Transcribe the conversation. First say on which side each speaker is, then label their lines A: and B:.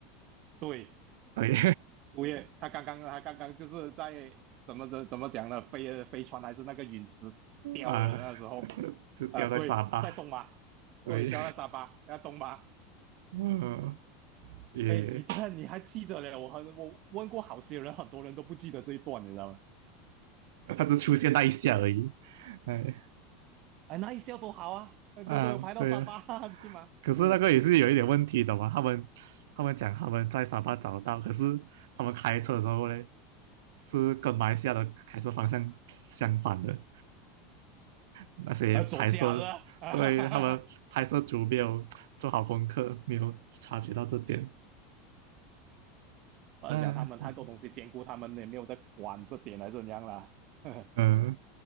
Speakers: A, on the right; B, on the right.
A: 对，
B: 对
A: 五月他刚刚他刚刚就是在怎么怎怎么讲呢？飞飞船还是那个陨石掉了那时候，
B: 啊，<laughs> 就掉在沙发，
A: 啊、对，在东马，
B: 对，
A: 对，掉在沙巴，在东马。
B: <laughs> 嗯，也，
A: 哎，你这你还记得嘞？我很我问过好些人，很多人都不记得这一段，你知道吗？
B: 它只出现那一下而已，哎。
A: 哎，那一下多好啊，呃都都有排到沙巴去
B: 啊，对啊，
A: <laughs> 吗？
B: 可是那个也是有一点问题的嘛。
A: 嗯，
B: 他们他们讲他们在沙巴找到，可是他们开车的时候呢，是跟马来西亚的开车方向相反的。那些拍摄，
A: 呃，左家了，<laughs> 哈哈哈哈
B: 对，他们拍摄组没有做好功课，没有察觉到这点。
A: 我想他们太多东西兼顾，
B: 嗯
A: 他们也没有在管这点还是怎样啦，<laughs>
B: 嗯